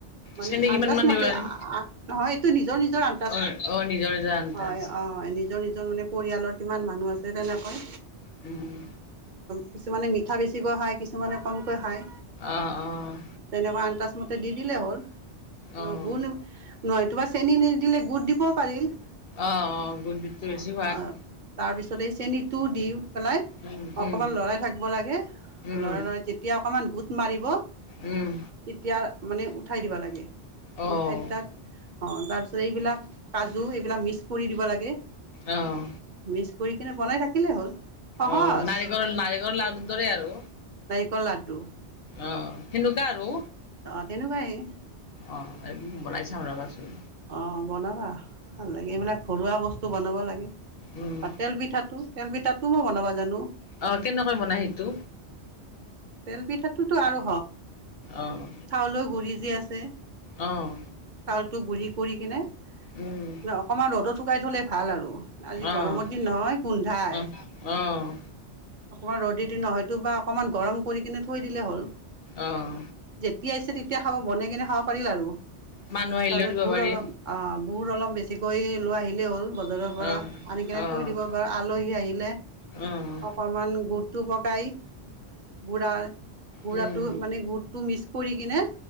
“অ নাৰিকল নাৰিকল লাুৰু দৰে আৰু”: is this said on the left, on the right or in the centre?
Left